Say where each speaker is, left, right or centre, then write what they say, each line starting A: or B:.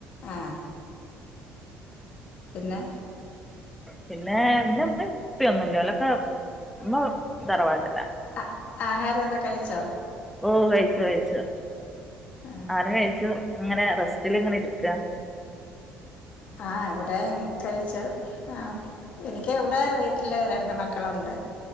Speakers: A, on the left; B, in the centre.
A: ആഹ് പിന്നെ
B: പിന്നെ ഇമ്മ ഇപ്പിം ഒന്നുല്ല ഓലൊക്കെ ഇമ്മ തറവാട്ടിലാ
A: അ ആഹാര ഒക്കെ കഴിച്ചോ
B: ഓ കഴിച്ചു കഴിച്ചു
A: ആ
B: ആഹാരം കഴിച്ചു ഇങ്ങനെ റെസ്റ്റിലിങ്ങനെ ഇരിക്ക
A: ആ ഇവിടെയും കഴിച്ചു ആ എനിക്ക് ഇവിടെ വീട്ടില് രണ്ട് മക്കളുണ്ട്